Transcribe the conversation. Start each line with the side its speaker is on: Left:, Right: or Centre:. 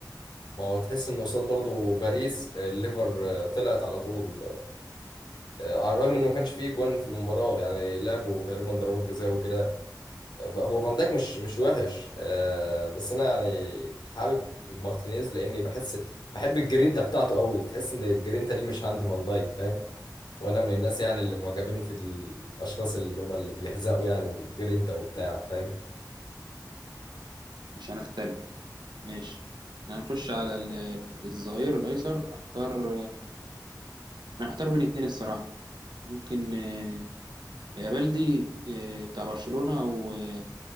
Left: ما هو تحس ان قصاد برضو باريس آه، الليفر آه، طلعت على طول آه، على الرغم ان ما كانش فيه جوان في المباراه يعني لعبوا تقريبا ضربات جزاء وكده آه، بقى- هو فان دايك مش مش وحش آه، بس انا يعني حابب مارتينيز لاني بحس بحب الجرينتا بتاعته قوي تحس ان الجرينتا دي مش عند فان دايك فاهم وانا من الناس يعني اللي معجبين في الاشخاص اللي هم اللي بيحزقوا يعني والجرينتا وبتاع فاهم
Right: مش هنختلف ماشي هنخش على ال- ال- الظهير الأيسر أختار أنا محتار بين اتنين الصراحة ممكن آه، يا بلدي آه، بتاع برشلونة أو آه،